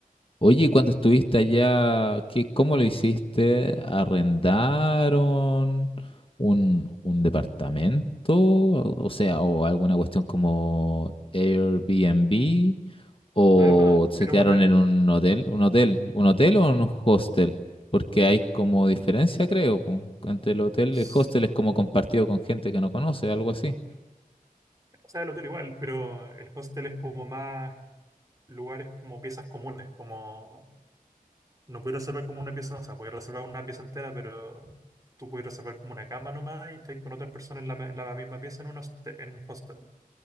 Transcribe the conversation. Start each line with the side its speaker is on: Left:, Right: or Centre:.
Left: Oye, ¿y cuando estuviste allá, ¿qué, cómo lo hiciste? ¿Arrendaron un, un departamento? O sea, o alguna cuestión como Airbnb, o
Right: No era, uno,
Left: se
Right: era
Left: quedaron
Right: un hotel.
Left: en un hotel, un hotel, un hotel o en un hostel, porque hay como diferencia, creo, po, entre el hotel
Right: S-
Left: y el hostel es como compartido con gente que no conoce, algo así.
Right: O sea, el hotel igual, pero el hostel es como más lugares como piezas comunes, como No puedes reservar como una pieza, o sea, puedes reservar una pieza entera, pero tú puedes reservar como una cama nomás y estás con otras personas en la, me- la misma pieza en, un hoste- en un hostel.